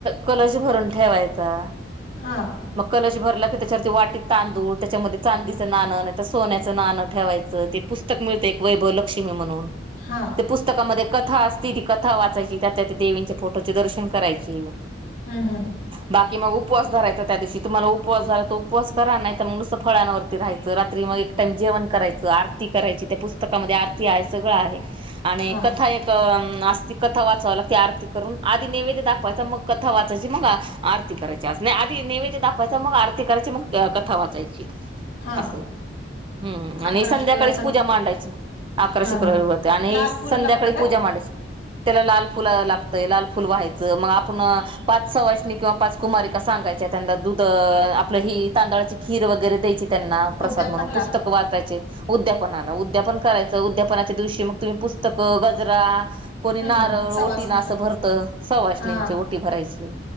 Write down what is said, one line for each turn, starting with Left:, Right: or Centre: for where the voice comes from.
Right: कलाश भरून ठेवा
Left: हा
Right: मग कलश भर त्याच्यावर वाटी तांदूळ त्याच्या चांदीच ना सोन्याच नां ठेवायचं ते पुस्तक वक्ष म्हणस्त
Left: हा
Right: कथा असती ती कथा वाचायची त्यातल्या त्या देवींच्या फोटोचे दर्शन करायचे
Left: हम्म हम्म
Right: बाकी मग उपवास रायचा त्या दिवशी तुम्हाला उपवास झाला तर उपवास करा नाही तर मग नुसतं फळांवरती राहायं रात्री मग एक टाम ज ेव करायच आरती करायची त्या पुस्तकामध्ये आरती आहे सगळं आहे आणि
Left: हा
Right: कथा एक ती कथा वाचाव लागते आरती करून आधी नेवे्द दाखवायच मग कथा वाचायची मग आरती करायची अस आधी नैवेद्य दाखवायचा मग आरती करायची मग कथा वाचायची
Left: हा
Right: असं हम्म आणि
Left: अकरा
Right: संध्याकाळीच
Left: शुक्रवार तर
Right: पूजा मांडायची अकरा
Left: हा
Right: शुक्रारी
Left: हा
Right: होते आणि
Left: लाल
Right: संध्याकाळी
Left: फुल लागतं काय
Right: पूजा मच त्याला लाल फुल लागतय लाल फुल व्हायचं मग आपण पाच सवाषणी किंवा पाच कुमारी सांगायच्या त्यांना दुध आपलं ही तांदळाची खीर वगैरे द्यायची त्यांना प्रसाद
Left: उद्यापनला
Right: म्हणून पुस्तक वाचायचे उद्यापनाला उद्यापन करायचे उद्यापनाच्या दिवशी मग तुम्ही पुस्तकं गजरा कोणी
Left: हम्म
Right: नारळ
Left: सवासणीच
Right: ओटी ना असं भरतं सवाषणींची
Left: हा
Right: ओटी भरायची